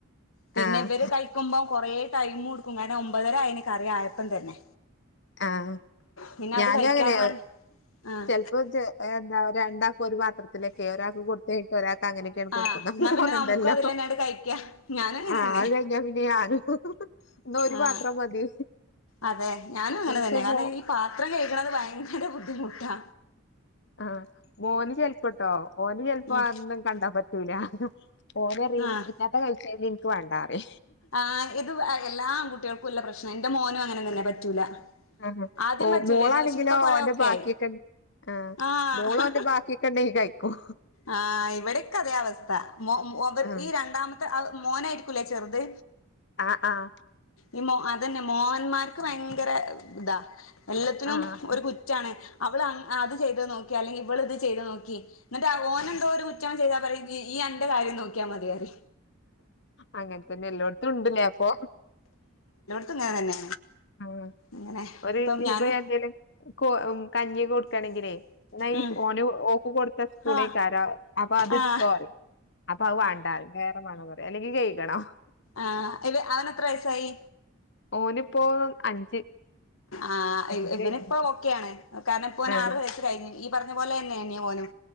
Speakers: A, on the left; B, on the left.
A: പിന്നെ
B: ആഹ്
A: ഇവര് കഴിക്കുമ്പോം കൊറേ ടൈമ് കൊടുക്കും കാര്ന ഒമ്പതര അയിന് കറിയായപ്പം തന്നെ
B: ആഹ്
A: പിന്നെ
B: ഞാനും
A: അത് കഴിക്കാൻ
B: അങ്ങനെ
A: വേണ്ടി ആഹ്
B: ചെൽപ്പോ ചെ എന്താ രണ്ടാക്കൊരു പാത്രത്തിലേക് ഒരാക്ക് കൊടുത്തയ്ട്ട് ഒരാ ത്ത ങ്ങനൊക്കെണ് കൊടുക്കുന്ന
A: ആഹ്
B: <unintelligible>
A: എന്നാ പിന്നെ നമുക്കും അതിലന്നാണ്ട് കഴിക്കാ ഞാനങ്ങനെന്നെ
B: ആഹ് അഹ് കഴിഞ്ഞ പിന്നെ ആഹ് ന്ന ഒര്
A: ആഹ്
B: പാത്രം മതി.
A: അതെ ഞാനും അങ്ങനെ
B: പക്ഷെ
A: തന്നെ, കാരണം
B: മോ
A: ഈ പാത്രം കെയ്ക്ണത് ഭയങ്കര ബുദ്ധിമുട്ടാ
B: ആഹ് മോന് ചെൽപ്പട്ടോ. ഓന് ചെ ൽപ്പം
A: ഉം
B: അതൊന്നും കണ്ടാ പറ്റൂല ഓരറിയും
A: ആഹ്
B: ഇറ്റാത്ത കഴസയിൽ ഇൻക്ക് വേണ്ടാ റി
A: ആഹ് ഇത് എല്ലാആങ്കുട്ടികൾക്കുള്ള പ്രശ്ന എന്റെ മോനു അങ്ങനെ തന്നെ പറ്റൂല.
B: ആ ഹ
A: ആദ്യം
B: ഓ
A: പറ്റൂലായിരുന്നു
B: മോളാണെങ്കിലോ
A: പക്ഷെ ഇപ്പൊ കൊറേ
B: അന്റെ
A: ഒക്കെ
B: ബാക്കിയൊക്കെൺ
A: ആയി
B: ആഹ്
A: ആഹ്
B: മോളോന്റെ ബാക്കിയൊക്കെണ്ടേ കഴിക്കും
A: ആഹ് ഇവിടെക്കതേഅവസ്ഥ. മൊ മൊത
B: ആഹ്
A: ഈ രണ്ടാമത്തെ അഹ് മോനായിരിക്കൂല്ലേ ചെറുത്?
B: ആഹ് ആഹ്
A: ഈ മോ അതന്നെ മോഹന്മാർക്ക് ഭയങ്കര ഇതാ എല്ലാത്തിനും
B: ആഹ് ആഹ്
A: ഒരു കുറ്റാണ് അവള് അത് ചെയ്ത് നോക്കി അല്ലെങ്കിൽ ഇവള ഇത് ചെയ്ത് നോക്കി എന്നി് ഓന എന്തോ ഒരു കുറ്റം ചെയ്താൽ പറയും ഈ എൻ്റൊര്ം നോക്കിയാൽ മതിയാറി
B: അങ്ങനത്തന്നെ എല്ലായിടത്തും ഉണ്ടല്ലെ അപ്പൊ
A: അത് അങ്ങനെ തന്നെയാണ്
B: ഉ
A: അങ്ങനെ
B: ഒരുപ്പ
A: ഇപ്പം ഞാന്
B: എന്തേലും കഞ്ഞിയൊക്കെ കൊടുക്കയാണെങ്കിലേ ന
A: ഉം
B: ഓന ഓക്ക കൊടുത്ത പുേ
A: ആഹ്
B: കാര അപ്പ അത്
A: ആഹ്
B: തോറ അപ്പൊ അ വേണ്ടാ വേറെമാണോ പറയാ അല്ലെങ്കിൽ ഗയിിക്കണോ
A: ആഹ ഇ അവന എത്ര വയസായി
B: ഓനിപ്പോ അഞ്ച്
A: ആ്
B: അഞ്ച്
A: ഇവനി
B: കഴിഞ്ഞു
A: ഇപ്പോൊ ഓക്കെയ ആാണ് കാരണം ഇപ്പോ ന
B: ആഹ്
A: ആറ് വു കഴിഞ്ഞു പറഞ്ഞ പോലെ തന്നെ എന്നീ പോനും